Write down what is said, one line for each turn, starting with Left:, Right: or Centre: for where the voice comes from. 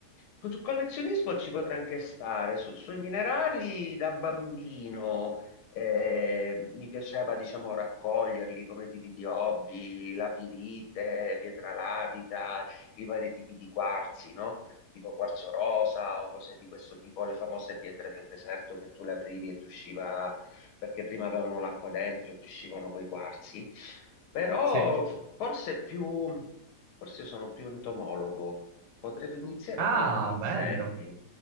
Left: Sul collezionismo ci potrei anche stare, Su- sui minerali da bambino eh, mi piaceva diciamo raccoglierli come tipi di hobby, la pirite, pietra lavica, i vari tipi di quarzi, no? Tipo quarzo rosa o cose di questo tipo, le famose pietre del deserto che tu le aprivi e ti usciva, perché prima avevano l'acqua dentro e ti uscivano poi i quarzi, però
Right: Sì.
Left: f- forse più, forse sono più entomologo Potrei iniziare
Right: Ah,
Left: quella degli insetti.
Right: bello.